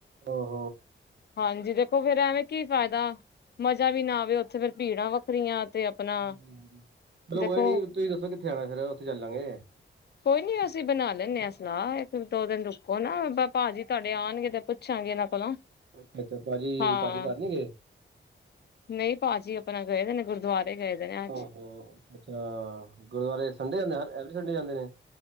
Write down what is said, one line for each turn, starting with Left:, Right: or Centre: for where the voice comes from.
Right: ਹਾਂ।
Left: ਹਾਂਜੀ ਦੇਖੋ ਫੇਰ ਐਵੇਂ ਕੀ ਫਾਇਦਾ ਮਜ਼ਾ ਵੀ ਨਾ ਆਵੇ ਓਥੇ ਫੇਰ ਭੀੜਾਂ ਵੱਖਰੀਆਂ ਤੇ ਆਪਣਾ
Right: ਹਾਂਜੀ-ਹਾਂਜੀ ਚਲੋ
Left: ਦੇਖੋ
Right: ਕੋਈ ਨੀ ਤੁਸੀਂ ਦੱਸੋ ਕਿੱਥੇ ਜਾਣਾ ਫੇਰ ਓਥੇ ਚੱਲ ਲਾਂਗੇ।
Left: ਕੋਈ ਨੀ ਅਸੀਂ ਬਣਾ ਲੈਨੇ ਆ ਸਲਾਹ ਇੱਕ ਦੋ ਦਿਨ ਰੁਕੋ ਨਾ ਭਾਜੀ ਤੁਹਾਡੇ ਆਣਗੇ ਤੇ ਪੁੱਛ ਪੁੱਛਾਂਗੇ ਇਹਨਾਂ ਕੋਲੋਂ।
Right: ਅੱਛਾ-ਅੱਛਾ ਭਾਜੀ-ਭਾਜੀ
Left: ਹਾਂ
Right: ਘਰ ਨਹੀਂ ਗੇ।
Left: ਨਹੀਂ ਭਾਜੀ ਆਪਣਾ ਗਏ ਦੇ ਨੇ ਗੁਰਦੁਆਰੇ ਗਏ ਦੇ ਨੇ ਅੱਜ
Right: ਓਹ ਹੋ ਅੱਛਾ ਗੁਰਦੁਆਰੇ ਸੰਡੇ ਜਾਂਦੇ ਨੇ ਐਵਰੀ ਸੰਡੇ ਜਾਂਦੇ ਨੇ।